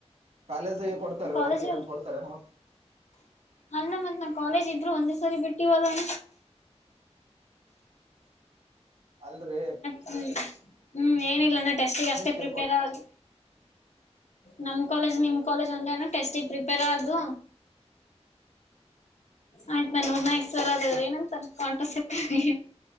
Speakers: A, on the right; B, on the left.
A: ಕಾಲೇಜಿಗೆ ಕೊಡ್ತಾರೆ
B: ಕಾಲೇಜ್
A: ವರ್ಕ್ ಎಲ್ಲನ್ ಕೊಡ್ತಾರೆನೋ
B: ಅಲ್ಲ ಮತ್ ನಾ ಕಾಲೇಜ್ ಇದ್ರು ಒಂದೇ ಸರಿ ಬಿಟ್ಟಿವಲ್ಲಣ
A: ಅಲ್ರಿ
B: ಹ್ಮ್ ಹ್ಮ್ ಏನಿಲ್ಲಣ ಟೆಸ್ಟಿಗೆ ಅಷ್ಟೇ
A: ನಿಮ್ಕ್
B: ಪ್ರಿಪೇರ್
A: ಏನ್ ಕೊಡ್
B: ಆಗಿ ನಮ್ ಕಾಲೇಜ್ ನಿಮ್ ಕೇಜ್ ಒಂದೆ ಅಣ್ಣ ಟೆಸ್ಟಿಗೆ ಪ್ರಿಪೇರ್ ಆಗು ಆಯ್ತು ನಾ ನೂರ್ ನಾಕಕ್ ಸರ್ ಏನಂತ ಕಂಟ್ರಾ ಸ್ಪೆಕ್ಟಿಕ್